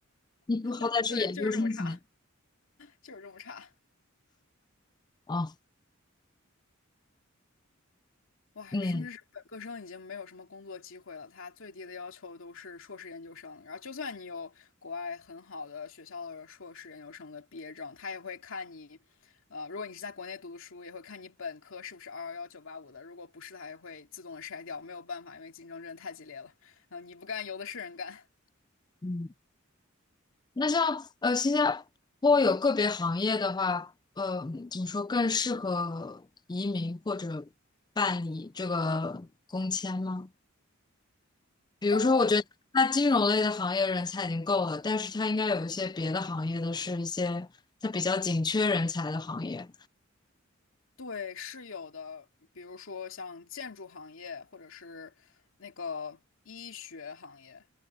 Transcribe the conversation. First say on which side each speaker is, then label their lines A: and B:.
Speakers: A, on the left; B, on the left.
A: 你不好歹是研究生行吗？
B: <laughs> 对，就是这么差，就是这么差。
A: 哦，
B: 哇，
A: 嗯
B: 甚至是本科生已经没有什么工作机会了，他最低的要求都是硕士研究生。然后，就算你有国外很好的学校的硕士研究生的毕业证，他也会看你，呃，如果你是在国内读的书，也会看你本科是不是二幺幺九八五的，如果不是，他也会自动的筛掉，没有办法，因为竞争真的太激烈了。嗯、你不干，有的是人干。
A: 嗯。那像呃，新加坡有个别行业的话，呃，怎么说更适合移民或者办理这个工签吗？比如说，
B: 呃。
A: 我觉得它金融类的行业人才已经够了，但是它应该有一些别的行业的是一些它比较紧缺人才的行业。
B: 对，是有的，比如说像建筑行业或者是那个医学行业，